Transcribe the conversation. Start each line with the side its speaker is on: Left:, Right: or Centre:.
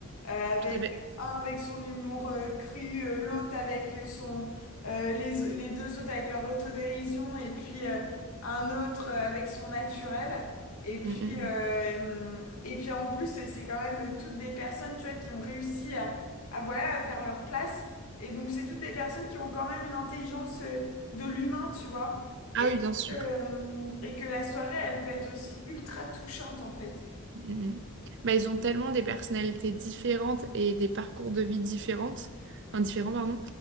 Left: euh, avec
Right: Tout à fait.
Left: un avec son humour euh, cru, euh, l'autre avec son, euh, les, les deux autres avec leur autodérision et puis... euh, un autre euh, avec son naturel. Et puis,
Right: Mm, mm,
Left: euh,
Right: mm.
Left: et puis en plus, euh, c'est quand même toutes des personnes, tu vois, qui ont réussi à, à, voilà, à faire leur place. Et donc, c'est toutes des personnes qui ont quand même une intelligence euh, de l'humain, tu vois.
Right: Ah
Left: Et
Right: oui, bien sûr.
Left: que, euh, et que la soirée, elle peut être aussi ultra touchante, en fait.
Right: Mm, mm. mm. Bah, ils ont tellement des personnalités différentes et des parcours de vie différentes, enfin, différents, pardon,